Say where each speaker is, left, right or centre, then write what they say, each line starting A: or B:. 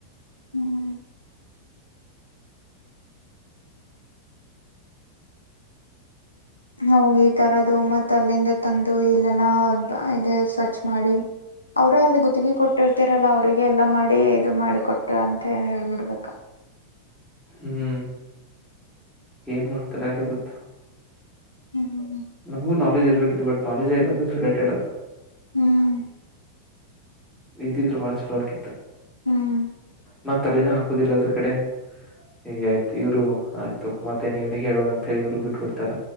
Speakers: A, on the left; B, in the centre.
A: ಹ್ಮ್ ಹೋಗಿ ಈ ತರದು ಮತ್ತ ಅಲ್ಲಿಂದ ತಂದು ಇಲ್ಲೆಲ್ಲ ಇ ಸ್ವಚ್ ಮಾಡಿ ಅವ್ರ ಅಲ್ಲಿ ಗುತ್ತಿಗೆ ಕೊಟ್ಟಿರ್ತರಲ್ಲ ಅವ್ರರಿಗೆ ಎಲ್ಲ ಮಾಡಿ ಇದು ಮಾಡಿಕೊಟ್ಟು ಅಂತ ಹೇಳ್ಬಿಡ್ಬೇಕಾ
B: ಹ್ಮ್ ಏನ್ ಮಾಡ್ತಾರಾರವತ್ತು
A: ಹ್ಮ್
B: ನಮಗೂ ನಾಲೆಜ್ ಇರ್ಬೇಕಿತ್ತು ಬಟ್ ನಾಲೆಜ್ ಇಲ್ಲದ್ರ ರಿಲೇಟೆಡ್
A: ಹ್ಮ್
B: ಇದಿದ್ರರು ಬಾಲ ಚಲೋ ಆಗಿತ್ತು
A: ಹ್ಮ್
B: ನಾ ತಲೆನ ಹಾಕೋದಿಲ್ಲ ಅದರ ಕಡೆ ಹೀಗ ಆಯ್ತು ಇವರು ಆಯ್ತು ಮತ್ತೆ ನೀವಿಗೆ ಹೇಳೋದ ಅಂತ ಹೇಳಿ ಇಬ್ಬರು ಬಿಟ್ಬಿಡ್ತಾರ